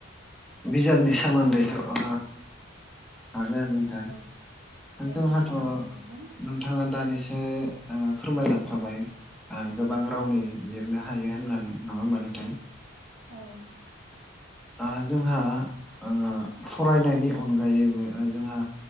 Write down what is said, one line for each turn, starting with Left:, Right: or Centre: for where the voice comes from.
Centre: बिजाबनि सोमोन्दैथ' ओ हागोन। थां
Right: औ दे
Centre: जोंहाथ'
Right: बिदिब्ला बुंनायसाय
Centre: नोंथाङा दानिसो ओ फोरमायलांखाबाय। ओ गोबां रावनि लिरनो हायो होननानै नङा होमबा नोंथां?
Right: औ।
Centre: ओ जोंहा ओ फरायनायनि अनगायैबो ओ जोंहा